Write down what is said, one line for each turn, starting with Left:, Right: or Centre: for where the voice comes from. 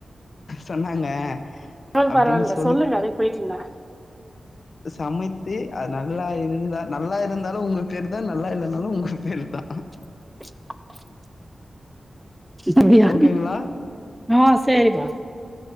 Left: சொன்னாங்க
Centre: பரவால்ல
Left: அப்டின்னு
Centre: பரவால்ல
Left: சொ
Centre: சொல்லுங்க அதுக்கு போய்ட்டுன்ன
Left: சமைத்து அது நல்லா இருந்த நல்லா இருந்தாலு உங்க பேரு தா நல்லா இல்லன்னாலு உங்க பேரு தா
Centre: <inaudible> அப்டியா
Left: ஓகேங்களா
Centre: ஆ செரிப்பா